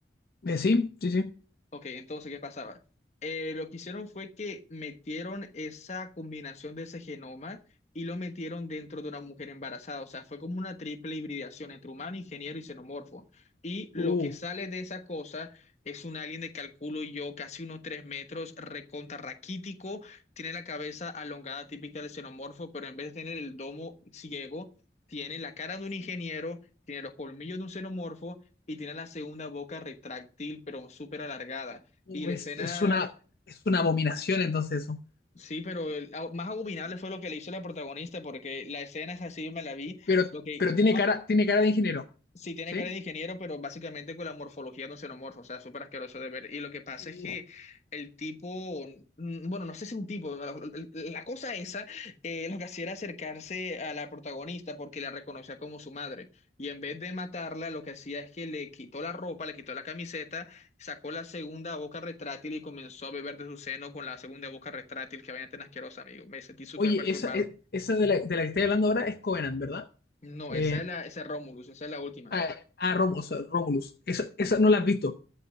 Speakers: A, on the left; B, on the left.
A: Eh, sí, sí, sí.
B: Ok, entonces, ¿qué pasaba? Eh, lo que hicieron fue que metieron esa combinación de ese genoma y lo metieron dentro de una mujer embarazada. O sea, fue como una triple hibridación entre humano, ingeniero y xenomorfo. Y lo
A: Uh,
B: que sale de esa cosa es un alien de calculo yo, casi unos tres metros, recontra raquítico. Tiene la cabeza alongada típica del xenomorfo, pero en vez de tener el domo ciego, tiene la cara de un ingeniero, tiene los colmillos de un xenomorfo y tiene la segunda boca retráctil, pero súper alargada.
A: Uh,
B: Y la
A: es,
B: escena,
A: es una, es una abominación entonces eso.
B: sí, pero el- ah, más abominable fue lo que le hizo la protagonista, porque la escena es así, me la vi,
A: Pero,
B: lo que,
A: pero tiene
B: ajá,
A: cara, tiene cara de ingeniero,
B: Sí, tiene
A: ¿sí?
B: cara de ingeniero, pero básicamente con la morfología de un xenomorfo, o sea, súper asqueroso de ver. Y lo que pasa
A: Uh,
B: es que el tipo, mm, bueno, no sé si un tipo, la, la cosa esa, eh, lo que hacía era acercarse a la protagonista porque la reconocía como su madre. Y en vez de matarla, lo que hacía es que le quitó la ropa, le quitó la camiseta, sacó la segunda boca retráctil y comenzó a beber de su seno con la segunda boca retráctil que vaina tan asquerosa, amigo. Me sentí súper
A: oye,
B: perturbado.
A: esa, e- esa de la, de la que estoy hablando ahora es Covenant, ¿verdad?
B: No,
A: Eh,
B: esa es la, esa es Romulus, esa es la última.
A: ah, ah, Romulus, Romulus. Esa, esa no la has visto,